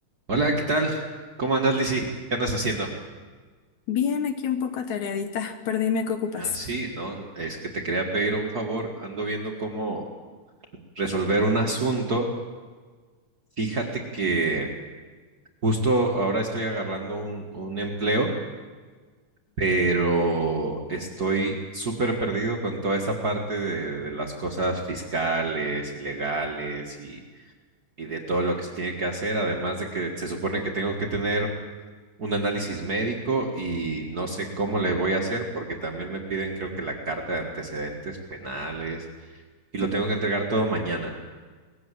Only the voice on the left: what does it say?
Bien, aquí un poco atareadita, <laughs> pero dime qué ocupas.